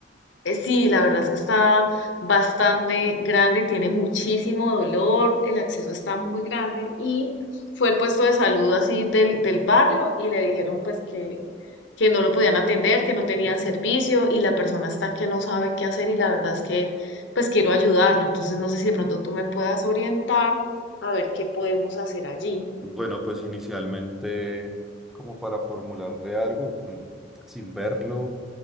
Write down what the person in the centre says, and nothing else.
Bueno, pues inicialmente, como para formularle algo, mm, sin verlo.